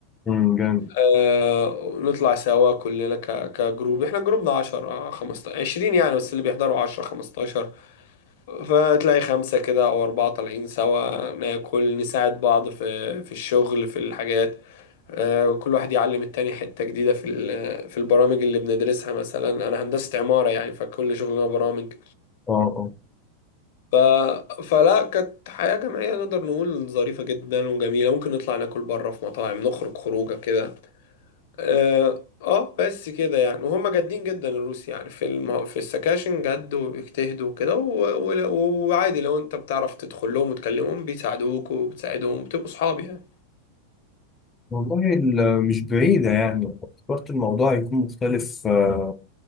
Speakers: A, on the left; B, on the left.
A: امم جامد
B: آه نطلع سوا كلنا ك- كجروب احنا جروبنا 10 15 20 يعني بس اللي بيحضروا 10 15 فتلاقي خمسة كده أو أربعة طالعين سوا ناكل نساعد بعض في في الشغل في الحاجات آه، كل واحد يعلم التاني حتة جديدة في ال- في البرامج اللي بندرسها مثلا أنا هندسة عمارة يعني فكل شغلنا برامج
A: اه اه
B: ف... فلا كانت حياة جماعية نقدر نقول ظريفة جدا وجميلة ممكن نطلع ناكل بره في مطاعم نخرج خروجة كده اه آه، بس كده يعني وهم جادين جدا الروس يعني في المه... في السكاشن جد وبيجتهدوا وكده و... و... وعادي لو انت بتعرف تدخل لهم وتكلمهم بيساعدوك وبتساعدهم وبتبقوا صحاب يعني
A: والله ال- مش بعيدة يعني افتكرت الموضوع هيكون مختلف آه،